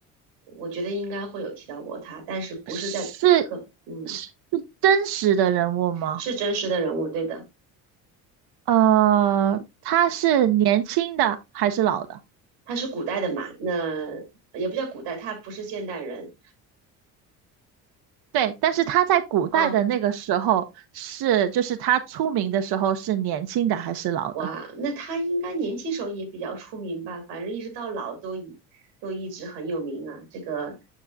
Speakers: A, on the right; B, on the right.
A: 我觉得应该会有提到过他，但是不是在课，
B: 是
A: 嗯，
B: 是真实的人物吗？
A: 是真实的人物，对的，
B: 呃，他是年轻的还是老的？
A: 他是古代的嘛，那也不叫古代，他不是现代人，
B: 对，但是他在古代的那个时候是，
A: 嗯、
B: 就是他出名的时候是年轻的还是老的？
A: 哇，那他应该年轻时候也比较出名吧？反正一直到老都一都一直很有名啊。这个，